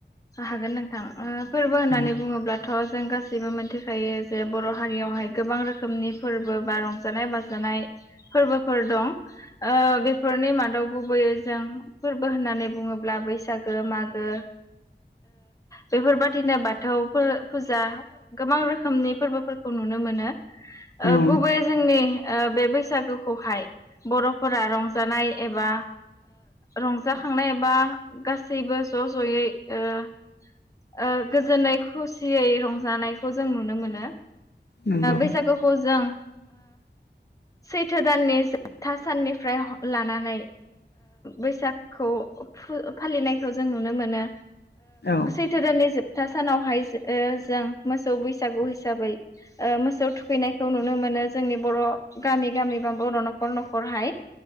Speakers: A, on the left (about 15°); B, on the left (about 65°).
A: हागोन नोंथां फोरबो होननानै
B: औ
A: बुङोब्लाथ'। जों गासैबो मोनथिखायो जे बर' हारियावहाय गोबां रोखोमनि फोरबो बा रंजानाय बाजानाय। फोरबोफोर दं। बेफोरनि मादाव गुबैयै जों फोरबो होननानै बुङोब्ला बैसागो। मागो मागो। बेफोरबादिनो बाथौ फुजा गोबां रोखोमनि फोरबोफोरखौ नुनो। नुनो मोनो
B: औ
A: गुबै जोंनि बे बैसागोखौहाय बर'फोरा रंजानाय एबा रंजाखांनाय एबा गासैबो ज' ज'यै गोजोनै खुसियै रंजानायखौ जों नुनो मोनो।
B: नंगौ
A: बैसागोखौ जों सैथो दाननि जोबथा साननिफ्राय लानानै बैसागखौ फालिनायखौ जों नुनो मोनो।
B: औ
A: सैथो दाननि जोबथा सानावहाय जों मोसौ बैसागु हिसाबै मोसौ थुखैनायखौ नुनो मोनो जोंनि बर' गामि गामि बा बर' न'खर न'खरहाय